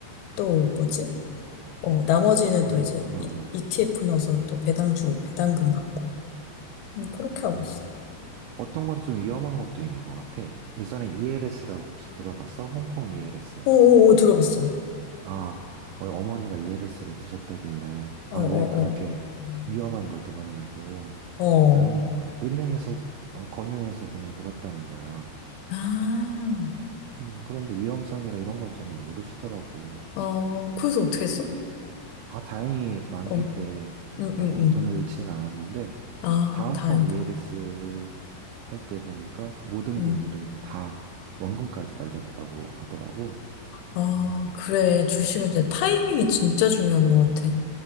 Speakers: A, on the left; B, on the right.
A: 또 뭐지? 어, 나머지는
B: 그렇구나.
A: 또 이제 이, ETF 넣어서 또 배당주 배당금 받고 음, 그렇게 하고
B: 어.
A: 있어.
B: 어떤 건 좀 위험한 것도 있는 것 같아. 예전에 ELS라고 혹시 들어봤어? 홍콩 ELS.
A: 오오오 들어봤어.
B: 아, 어, 어머니가 ELS를 드셨다길래,
A: 어어
B: 아,
A: 어.
B: 왜
A: 어,
B: 그렇게
A: 어. 음.
B: 위험한 걸 들었냐고
A: 어.
B: 했더니, 은행에서, 어, 권유해서 그냥 들었다는 거야.
A: 아,
B: 음, 그런데 위험성이나 이런 건 전혀 모르시더라고.
A: 어, 그래서 어떻게 했어?
B: 아, 다행히 만기
A: 어,
B: 때,
A: 응,
B: 어,
A: 응, 응.
B: 돈을 잃지는 않았는데,
A: 아,
B: 다음번
A: 다행이다.
B: ELS 할 때 보니까 모든
A: 응.
B: 분들이 다 원금까지 날렸다고 하더라고.
A: 아,
B: 음,
A: 그래. 주식은 진짜 타이밍이 진짜 중요한 것 같아.